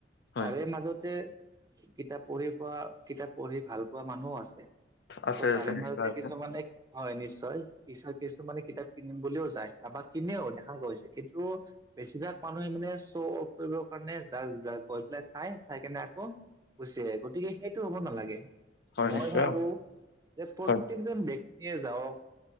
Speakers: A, on the left; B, on the right.
A: হয়
B: তাৰে মাজতে কিতাপ পঢ়ি পোৱা, কিতাপ পঢ়ি ভাল পোৱা মানুহো আছে।
A: আছে
B: ত' তাৰে
A: আছে নিশ্চয়
B: মাজতে
A: আছে
B: কিছুমানে হয়, নিশ্চয়। কিছু কিছুমানে কিতাপ কিনিম বুলিও যায়। তাৰপৰা কিনেও, দেখা গৈছে কিন্তু বেছিভাগ মানুহে মানে শ্ব' কৰিবৰ কাৰণে যা-যায়। গৈ পেলাই চাই, চাই কেনে আকৌ গুচি আহে। গতিকে, সেই টো হ'ব নালাগে।
A: হয়
B: মই
A: নিশ্চয়
B: ভাৱোঁ যে প্ৰত্যেকজন
A: হয়
B: ব্যক্তিয়ে যাওক